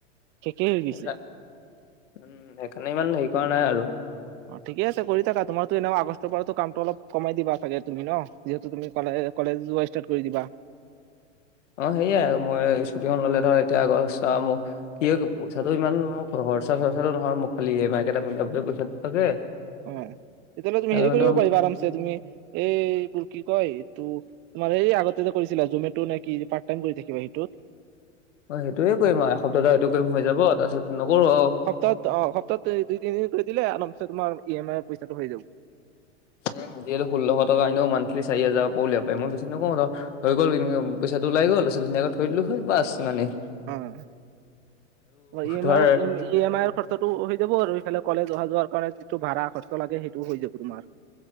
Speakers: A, on the right; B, on the left.
A: শেষেই হৈ গৈছে
B: সেইকাৰণে উম সেইকাৰণে ইমান হেৰি কৰা নাই আৰু
A: অ ঠিকে আছে কৰি থাকা তোমাৰতো এনেও আগষ্টৰ পৰাতো কামটো অলপ কমাই দিবা চাগে তুমি ন যিহেতু তুমি কলে কলেজ যোৱা ষ্টাৰ্ট কৰি দিবা
B: অ সেয়াই মই স্কুটিখন ল'লে ধৰ এতিয়া আগৰ চাওঁ মোক কি পইচাটো ইমান খৰচা চৰ্চাটো নহয় মোক খালি ই এম আই কেইটা মিলাবলৈ পইচাটো লাগে
A: অ তেতিয়াহ'লে তুমি
B: সেইকাৰণে
A: হেৰি কৰিব
B: ধৰ
A: পাৰিবা আৰমছে তুমি এইবোৰ কি কয় এইটো তোমাৰ এই আগতে যে কৰিছিলা জমেটো নেকি পাৰ্ট টাইম কৰি থাকিবা সেইটোত
B: অ সেইটোয়ে কৰিম আৰু এসপ্তাহটো সেইটো কৰিম হৈ যাব তাৰপিছত নকৰো আৰু
A: ত অ সপ্তাহ অ সপ্তাহত দুই তিনিদিন কৰি দিলে আৰমচে তোমাৰ ই এম আইৰ পইচাটো হৈ যাব
B: উম যিহেত ষোলশ টকা এনেও মানথলি চাৰি হাজাৰ উলিয়াব পাৰিম মই বেছি নকওঁ ধৰ হৈ গ'ল ইনকাম পইচাটো ওলাই গ'ল আছে ধুনীয়াকে থৈ দিলোঁ হয় বাছ সিমানেই
A: ওম ই এম
B: ধৰ
A: আইৰ ই এম‌ আই খৰছা কষ্টটো হৈ যাব আৰু এইফালে কলেজ অহা যোৱাৰ কাৰণে যিটো ভাড়া খৰছা লাগে সেইটো হৈ যাব তোমাৰ